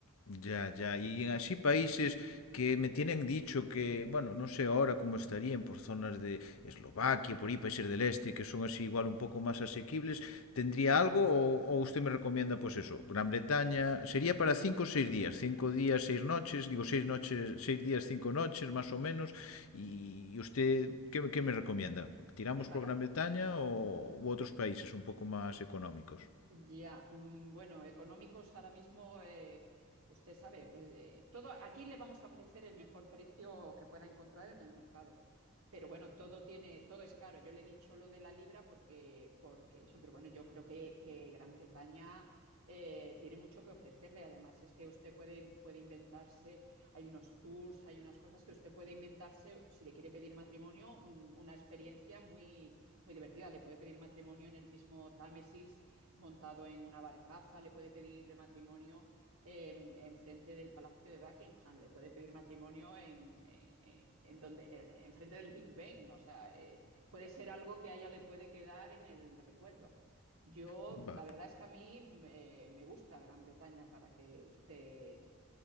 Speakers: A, on the left; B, on the right.
A: Ya, ya. Y en así países que me tienen dicho que, bueno, no sé ahora cómo estarían por zonas de Eslovaquia, por ahí, países del este, que son así igual un poco más asequibles, ¿tendría algo o, o usted me recomienda pues eso? Gran Bretaña, sería para cinco o seis días, cinco días, seis noches, digo seis noches, seis días, cinco noches más o menos, y, usted, ¿qué, me- qué me recomienda? ¿Tiramos
B: Hombre, para,
A: por Gran Bretaña o u otros países un poco más económicos?
B: Ya, mm, bueno, económicos ahora mismo, eh, usted sabe, eh, todo, aquí le vamos a ofrecer el mejor precio que pueda encontrar en el mercado. Pero bueno, todo tiene, todo es caro. Yo le he dicho lo de la libra porque, porque eso, pero bueno, yo creo que, que Gran Bretaña eh, tiene mucho que ofrecerle. Además, es que usted puede, puede inventarse, hay unos tours, hay unas cosas que usted puede inventarse, si le quiere pedir matrimonio, mm, una experiencia muy, muy divertida. Le puede pedir matrimonio en el mismo Támesis montado en una barcaza, le puede pedir matrimonio en, en frente del Palacio de Buckingham, le puede pedir matrimonio en, en, en donde, en frente del Big Ben, o sea, eh, puede ser algo que a ella le puede quedar en el recuerdo. Yo,
A: Va-
B: la verdad es que a mí me, me gusta Gran Bretaña para que usted...